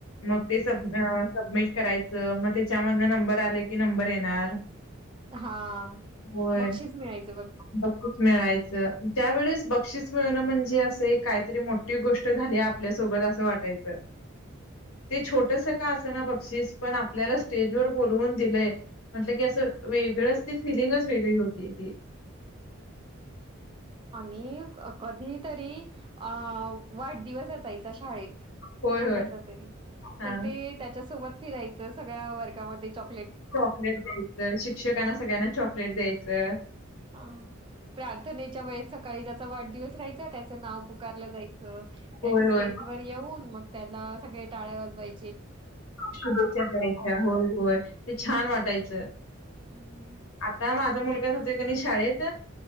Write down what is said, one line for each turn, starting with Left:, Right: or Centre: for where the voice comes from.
Left: मग तेच
Right: हं,
Left: सब
Right: हं.
Left: सबमिट करायचं मग त्याच्यामधनं नंबर आले की नंबर येणार.
Right: हा..
Left: होय.
Right: बक्षीस मिळायचं
Left: बक्षीस मिळायचं. त्यावेळेस बक्षीस मिळणं म्हणजे असं ए काहीतरी मोट्टी गोष्ट त झाले आपल्यासोबत असं वाटायचं. ते छोटंसं का असं ना बक्षीस पण आपल्याला स्टेजवर बोलवून दिलंय म्हटलं की, असं वेगळंच, ती फिलिंगच वेगळी होती ती.
Right: आणि कधी तरी अ... वाढदिवस असायचा शाळेत.
Left: होय
Right: कुणाचा
Left: होय
Right: तरी,
Left: हा
Right: तर ते त्याच्या सोबत फिरायचं सगळ्या वर्गामध्ये चाॅक
Left: चॉकलेट द्यायचं, शिक्षकांना सगळ्यांना चॉकलेट द्यायचं.
Right: ह.. प्रार्थनेच्या वेळेस सकाळी ज्याचा वाढदिवस राह्यचा, त्याचं नाव पुकारलं जायचं.
Left: होय
Right: त्यानी स्टेज
Left: होय
Right: वर येऊन मग त्याला सगळे टाळ्या वाजवाय
Left: शुभेच्छा द्यायच्या. होय होय. ते छान वाटायचं.
Right: हं.
Left: आता माझा मुलगा जातोय क नाही शाळेत.